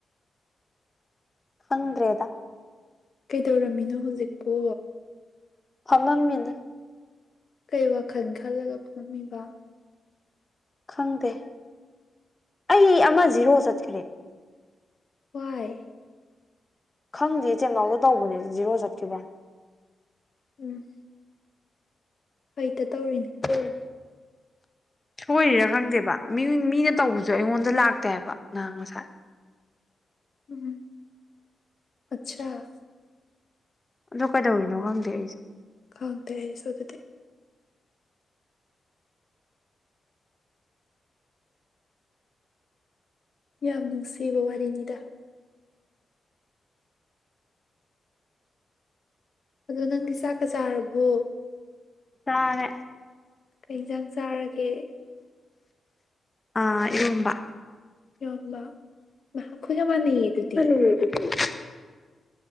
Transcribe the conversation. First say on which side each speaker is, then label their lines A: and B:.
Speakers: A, on the left (about 30°); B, on the left (about 60°).
A: ꯑꯈꯪꯗ꯭ꯔꯦꯗ
B: ꯀꯩꯗꯧꯔꯝꯃꯤꯅꯣ ꯍꯧꯖꯤꯛꯄꯣ
A: ꯐꯝꯃꯝꯃꯤꯅꯤ
B: ꯀꯩ ꯋꯥꯈꯜ ꯈꯜꯂꯒ ꯐꯝꯃꯝꯃꯤꯕ
A: ꯈꯪꯗꯦ ꯑꯩ ꯑꯃ ꯖꯤꯔꯣ ꯆꯠꯈ꯭ꯔꯦ
B: ꯍꯏ
A: ꯈꯪꯗꯦ ꯆꯦꯡꯅꯥꯎꯗ ꯇꯧꯕꯅꯦ ꯖꯤꯔꯣ ꯆꯠꯈꯤꯕ
B: ꯎꯝ ꯍꯩꯇ ꯇꯧꯔꯤꯅꯦ
A: ꯑꯣꯟ ꯁꯣꯏꯔꯤꯔꯥ ꯈꯪꯗꯦꯕ ꯃꯤ ꯃꯤꯅ ꯇꯧꯕꯁꯨ ꯑꯩꯉꯣꯟꯗ ꯂꯥꯛꯇꯦ ꯍꯥꯏꯕ ꯅꯍ ꯉꯁꯥꯏ
B: ꯎꯝ ꯑꯆꯥ
A: ꯑꯗꯣ ꯀꯩꯗꯧꯔꯤꯅꯣ ꯈꯪꯗꯦ ꯑꯩꯁꯦ
B: ꯈꯥꯡꯗꯦ ꯑꯩꯁꯨ ꯑꯗꯨꯗꯤ ꯌꯥꯝ ꯅꯨꯡꯁꯤꯕ ꯋꯥꯔꯤꯅꯤꯗ ꯑꯗꯨꯗ ꯅꯪꯗꯤ ꯆꯥꯛꯀ ꯆꯥꯔꯕꯣ
A: ꯇꯔꯦ
B: ꯀ ꯌꯦ ꯏꯟꯖꯥꯡ ꯆꯥꯔꯒꯦ
A: ꯑꯥ ꯏꯔꯣꯝꯕ
B: ꯌꯣꯟꯕ ꯃꯍꯥꯛꯈ ꯌꯥꯝ ꯃꯥꯟꯅꯩꯌꯦ ꯑꯗꯨꯗꯤ
A: ꯎꯝ ꯊ